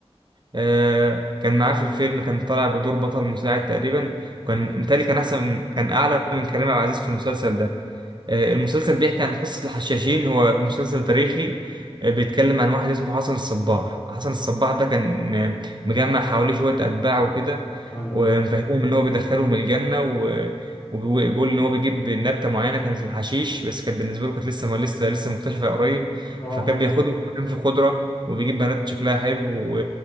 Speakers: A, on the right (about 45°); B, on the left (about 35°).
A: آه، كان معاه في الفيلم كان طالع بدور بطل مساعد تقريبا كان متهيألي كان احسن كان اعلى من كريم عبد العزيز في المسلسل ده آه، المسلسل بيحكي عن قصة الحشاشين هو مسلسل تاريخي آه، بيتكلم عن واحد اسمه حسن الصباح حسن الصباح ده كان آه، مجمع حواليه شوية أتباع وكده
B: ايوه
A: ومفهمهم
B: ايوه
A: إن هو بيدخلهم الجنة و... وبيقول إن هو بيجيب نبتة معينة كانت الحشيش بس كانت بالنسبة له كانت لسه ما لسه لسه مكتشفة قريب
B: اه
A: فكان بياخدهم في مكان فيه خضرة وبيجيب بنات شكلها حلو و...